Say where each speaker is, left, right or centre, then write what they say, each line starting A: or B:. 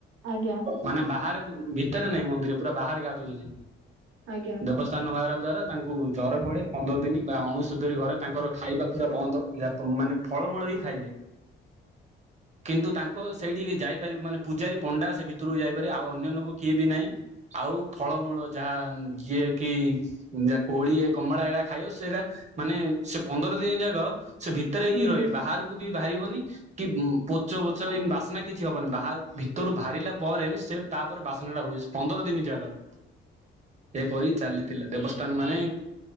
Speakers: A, on the right (about 80°); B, on the right (about 35°).
A: ଆଜ୍ଞା
B: ମାନେ ବାହାରେ। ଭିତରେ ନାଇଁ ମନ୍ଦିରେ ପୁରା ବାହାରେ ଗାଧଉଛନ୍ତି
A: ଆଜ୍ଞା
B: ଦେବସ୍ଥାନ ହବା ଦ୍ଵାରା ତାଙ୍କୁ ଜରେ ପଡ଼େ ପନ୍ଦର ଦିନ ବା ଅଣୁସୁତୁରି ଘରେ ତାଙ୍କର ଖାଇବା ପୁରା ବନ୍ଦ ଯ ମାନେ ଫଳମୂଳ ବି ଖାଇବେ କିନ୍ତୁ ତାଙ୍କ ସେଇଠିକି ଯାଇପାରିବି ମାନେ ପୂଜାରୀ ପଣ୍ଡା ସେ ଭିତରକୁ ଯାଇପାରି ଆଉ ଅ ଅନ୍ୟ ନୋକ କିଏ ବି ନାହିଁ ଆଉ ଫଳମୂଳ ଯାହା ଯିଏ କି ଯା କୋଳି ଏ କମଳା ଏଟା ଖାଇଅ ସେଇଟା ମାନେ ସେ ପନ୍ଦର ଦିନ ଯାକ ସେ ଭିତରେ
A: ହୁଁ
B: ହିଁ ରହିବେ ବାହାରକୁ ବି ବାହାରିବନି କି ପୋଚ ବାସ୍ନା କିଛି ହବନି ବା ଭିତରୁ ବାହାରିଲା ପରେ ସେ ତାପରେ ବାସ୍ନାଟା ହୁଏ। ପନ୍ଦର ଦିନ ଜାଗାର ଏପରି ଚାଲିଥିଲା ଦେବସ୍ ତ ମାନେ